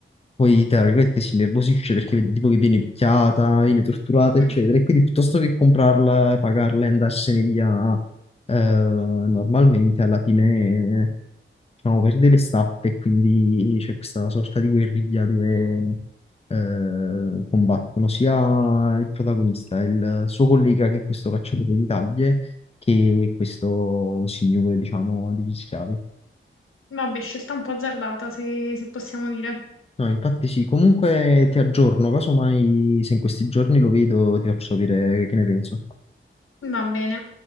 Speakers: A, on the left; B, on the left.
A: poi, tra virgolette, si innervosisce perché vede tipo che viene picchiata, viene torturata,
B: Mm,
A: eccetera. E quindi piuttosto che comprarla, pagarla e andarsene via eh, normalmente, alla fine, eh, diciamo, perde le stappe e quindi c'è questa sorta di guerriglia dove eh, combattono sia il protagonista, il suo collega che è questo cacciatore di taglie, che questo signore, diciamo, degli schiavi.
B: Vabbè, scelta un po' azzardata, se se possiamo dire.
A: No, infatti sì, comunque ti aggiorno, casomai se in questi giorni lo vedo ti faccio sapere che ne penso.
B: Va bene.